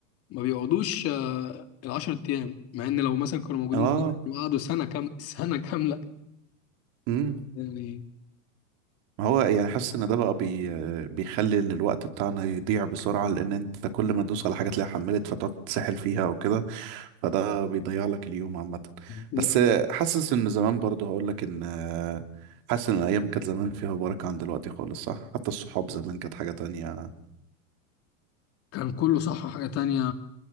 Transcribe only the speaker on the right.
اه
امم
ما هو يعني حاسس ان ده بقى بي بيخلي ان الوقت بتاعنا يضيع بسرعه لان انت كل ما تدوس على حاجه تلاقيها حملت فتقعد تسحل فيها وكده فده بيضيع لك اليوم عامه
بس حاسس ان زمان برضه هقول لك ان حاسس ان الايام كانت زمان فيها بركه عن دلوقتي خالص صح حتى الصحاب زمان كانت حاجه تانية